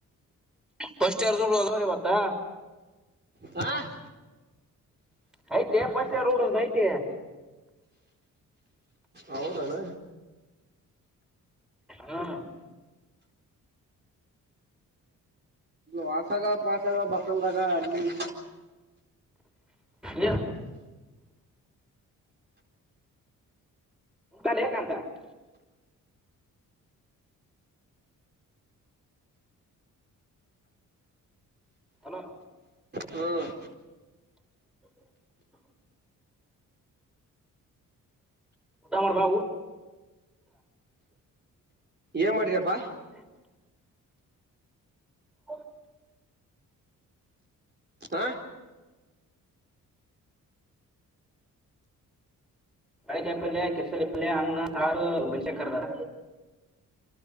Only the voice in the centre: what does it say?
ಫಸ್ಟ್ ಇಯರ್ ಇಬ್ರುಅದಾರ ಇವತ್ತಾ
ಆಯ್ತ ಪಚ ೋಡದು ಐತೆ <unintelligible>
ಹಾ <inaudible>
ಈ <unintelligible> ತಕ ಅಂತ <unintelligible> <inaudible> ಹಲೋ,
ಹ್ಮ <inaudible> ಊಟ ಮಾಡ ಬಾಊ
ಹ <inaudible> ಹ <inaudible>
ಚೌಳಿಕಾಯಿ ಪಲ್ಯ, ಕಿರ್ಸರಿ ಪಲ್ಯ ಅನ್ನ, ಸಾರು, ಮೆಣ್ಸಿನಕಾಯಿಕರ್ದರ.